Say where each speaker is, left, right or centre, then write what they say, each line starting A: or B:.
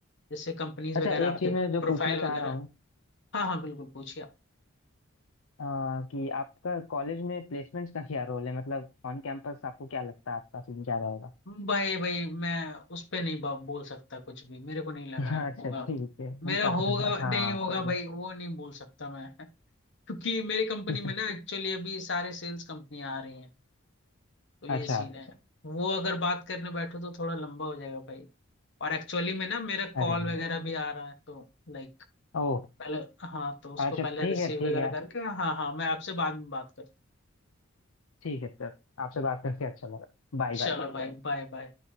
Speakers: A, on the left (about 55°); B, on the left (about 70°).
A: जैसे कंपनीज
B: अच्छा
A: वगैरह
B: एक
A: आपके
B: चीज
A: प्रोफाइल
B: मैं जो पूछना चाह
A: वगैरह
B: रहा हूँ
A: हाँ हाँ बिल्कुल पूछिए आप
B: आ, कि आपका कॉलेज में प्लेसमेंट्स का क्या रोल है मतलब ऑन कैंपस आपको क्या लगता है आपका सीन क्या रहेगा
A: भाई भाई मैं उस पे नहीं बा- बोल सकता कुछ भी मेरे को नहीं लग
B: <laughs>
A: रहा
B: अच्छा
A: होगा
B: ठीक है हम
A: मेरा
B: पता
A: होगा
B: हाँ
A: नहीं होगा
B: कोई
A: भाई वो नहीं बोल सकता मैं <laughs> क्योंकि मेरे कंपनी
B: नहीं
A: में ना एक्चुअली अभी सारे सेल्स कंपनियां आ रही हैं तो
B: <laughs>
A: ये
B: अच्छा
A: सीन है वो अगर बात करने बैठो तो थोड़ा लंबा हो जाएगा भाई और एक्चुअली में ना मेरा
B: अरे
A: कॉल
B: नहीं
A: वगैरह भी आ रहा है तो लाइक
B: ओह
A: पहले हाँ तो उसको
B: अच्छा
A: पहले
B: ठीक
A: रिसीव
B: है ठीक
A: वगैरह
B: है
A: करके हाँ हाँ मैं आपसे बाद में बात करता हूँ।
B: ठीक है सर आपसे बात करके अच्छा लगा Bye bye
A: चलो भाई बाय बाय